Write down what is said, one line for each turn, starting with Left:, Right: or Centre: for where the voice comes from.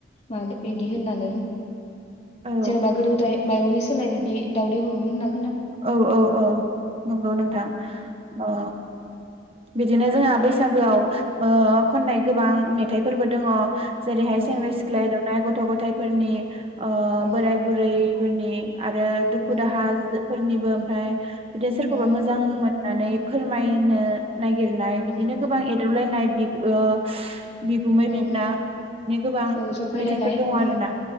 Left: माद <unintelligible> इदि होननानै
Right: औ
Left: जेनबा गोदो गोदाय माइरंनि सोलाय बिदि दावदै हरोमोनना
Right: औ औ औ नंगौ नोंथां औ। बिदिनो जोंहा बैसागोआव ओ खननाय गोबां मेथाइफोरबो दङ। जेरैहाय
Left: औ
Right: सेंग्रा सिख्ला एदाव <unintelligible> गथ' गथायफोरनि ओ
Left: औ
Right: बोराय बुरै फोरनि आरो दुखु
Left: औ
Right: दाहा जो फोरनिबो ओमफाय <unintelligible> दि सोरखौबा
Left: औ
Right: मोजां मोन नानै फोरमायनो नायगिरनाय
Left: औ
Right: बिदिनो गोबां एद <unintelligible> दावलायनाय बिब ओ बिगुमै
Left: औ
Right: बिबोनां बिनि गोबां
Left: औ जंखायलायनाय
Right: मेथाइफोर दङ
Left: औ
Right: आरोना